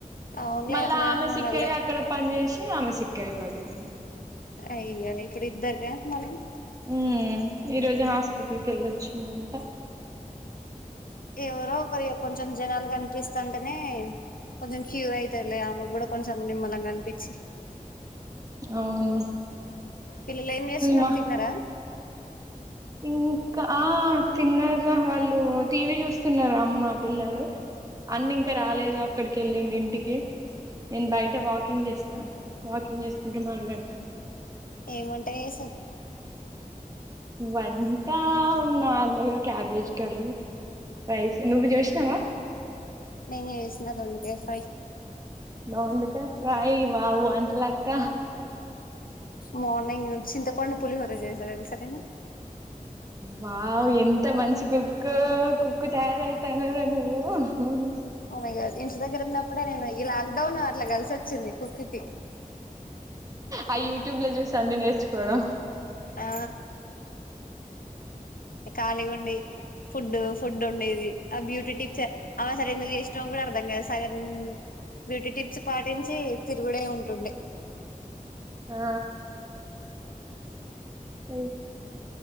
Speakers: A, on the left (about 80°); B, on the right (about 25°).
A: అవునులే
B: మళ్ళా
A: అట్లాని
B: ఆమె సిక్కాయి
A: ఉండాలి
B: అక్కడ పని చేేసి ఆమె సిక్కాయి పడుటుకున్నాది
A: అయ్యే ఇప్పుడు ఇద్దరికా మళ్ళి
B: హుమ్ ఈరోజు హాస్పిటల్ కేళ్ళొచ్చిందంట
A: ఎవరో ఒకరిగ కొంచెం జనాలు కనిపిస్తంటేనే కొంచెం క్యూ అయితలే ఆమే కూడా కొంచం నిమ్మలంగని పి చి
B: అవును
A: పిల్లలు ఏం చేస్తున్నారు
B: మా
A: తిన్నారా
B: ఇంకా ఆ తిన్నార్ర వాళ్ళు టీవీ చూస్ స్తున్నారు అమ్మ పిల్లలు అన్న ఇంకా రాలేదు అక్కడికేళ్ళిండు ఇంటికి నేను బయట వాకింగ్ చేస్తాన వాకింగ్ చేసుకుంటు మాట్లాడుతాన
A: ఎం వంటా చేసావ్
B: వంట నార్మల్గా క్యాబేజ్ కర్రీ రైస్ నువ్వు చేసినవా
A: నేను చేసిన దొండ కాయ ఫ్
B: దొండకాయ్ ఫ్రేయ్ వావ్ వంటలక్క
A: మార్కింగ్ చింతపండు పులిహోర చేసిన తెలస నికు
B: వావ్ ఎంత మంచి కుక్కో కుక్ తయారైతానవ్ గా నువ్వు మ్ హు
A: ఒ మై గాడ్ ఇంటి దగ్గర ఉన్నప్పుడే నేను ఈ లాక్డౌన్లో అట్లా కలిసోచ్చింది కుక్కిి
B: ఆ యూట్యూబ్ ల చూసి అన్ని నేర్చుకోవడం
A: ఆ కళిగుండి ఫుడ్ ఫుడ్ ఉండేది ఆ బ్యూటీ టిప్స్ అవ్వసలేందుకు చేశినమొ కూడా అర్థం కద్ సగం బ్యూటీ టిప్స్ పాటించి తిరుగుడే ఉంటుండే
B: ఆ అ